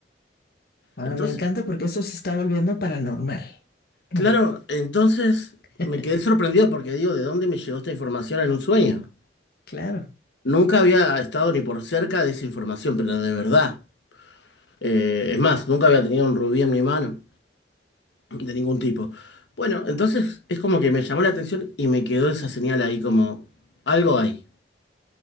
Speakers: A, on the left; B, on the left.
A: Ahora
B: Entonces,
A: me encanta porque esto se está volviendo paranormal.
B: claro,
A: Mm,
B: entonces
A: <laughs>
B: me quedé sorprendido porque digo, ¿de dónde me llegó esta información en un sueño?
A: Claro,
B: Nunca había estado ni por cerca de esa información, pero de verdad. Eh, es más, nunca había tenido un rubí en mi mano. de ningún tipo. Bueno, entonces es como que me llamó la atención y me quedó esa señal ahí como algo ahí.